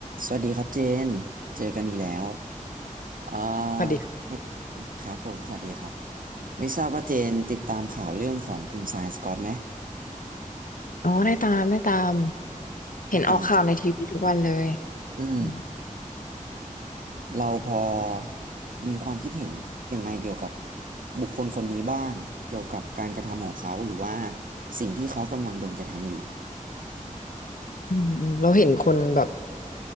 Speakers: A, on the right (about 80°); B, on the left (about 80°).
A: สวัสดีครับเจน เจอกันอีกแล้ว เอ่อ
B: สวัสดีค่ะ
A: ครับผม สวัสดีครับ ไม่ทราบว่าเจนติดตามข่าวเรื่องของคุณซายสกอตไหม
B: อ๋อได้ตามได้ตามเห็นออกข่าวในทีวีทุกวันเลย
A: ติดตามอืม
B: อืม
A: เราพอมีความคิดเห็นยังไงเกี่ยวกับบุคคลคนนี้บ้าง เกี่ยวกับการกระทำของเขาหรือว่าสิ่งที่เขากำลังโดนกระทำอยู่
B: อืมอืมเราเห็นคนแบบ